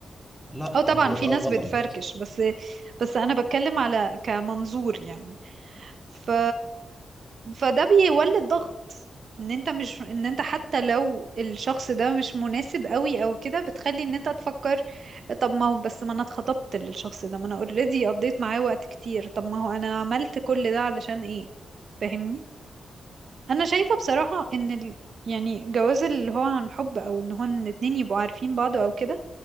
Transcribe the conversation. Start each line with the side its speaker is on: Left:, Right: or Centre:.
Centre: لا
Right: اه طبعا
Centre: هو
Right: في
Centre: ده
Right: ناس
Centre: غلط
Right: بتفركش بس بس انا بتكلم على كمنظور يعني ف فده بيولد ضغط ان انت مش ان انت حتى لو الشخص ده مش مناسب قوي او كده بتخلي ان انت تفكر طب ما هو بس ما انا اتخطبت للشخص ده ما انا اوريدي قضيت معاه وقت كتير طب ما هو انا عملت كل ده علشان ايه فاهمني انا شايفة بصراحة ان ال... يعني جواز اللي هو عن حب او ان هو ان اتنين يبقوا عارفين بعض او كده